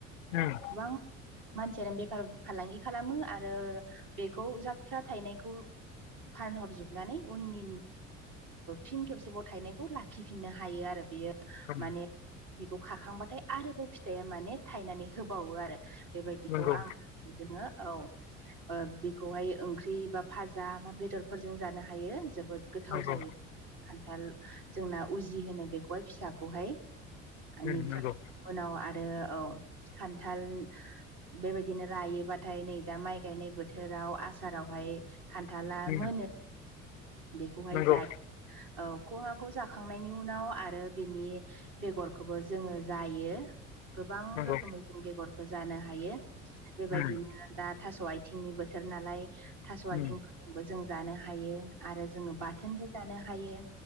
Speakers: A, on the left; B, on the right.
A: उम
B: गोबां मानसियानो बेफार फालांगि खालामो आरो बेखौ जाथ्रा थायनायखौ । फानहरजोबनानै उननि फिन खेबसेबाव थायनायखौ लाखिफिननो हायो आरो बेयो
A: उम
B: माने बिखौ खाखांबाथाय आरोबाव फिथाइया माने थायनानै होबावो आरो बेबायदिखौ
A: नंगौ
B: आंदोङो औ ओ बेखौहाय ओंख्रि बा फाजा बा बेदरफोरजों जानो हायो जोबोद गोथाव
A: नंगौ
B: जायो खान्थाल जोंना उजि होनो बेखौहाय फिसाखौहाय। बेनिफ्राय
A: उम नंगौ
B: उनाव आरो औ खान्थाल बेबायदिनो रायोबाथाय नै दा माइ गायनाय बोथोराव आसारावहाय खान्थाला
A: उम
B: मोनो। बेखौहाय
A: नंगौ
B: जायो औ खहाखौ जाखांनायनि उनाव आरो बेनि बेगर खौबो जोङो जायो। गोबां
A: नंगौ
B: रोखोमै जों बेगरखौ जानो हायो बेबायदिनो
A: उम
B: दा थास' आथिंनि बोथोर नालाय थास'
A: उम
B: आथिंफोरखौबो जों जानो हायो। आरो जोङो बाथोनबो जानो हायो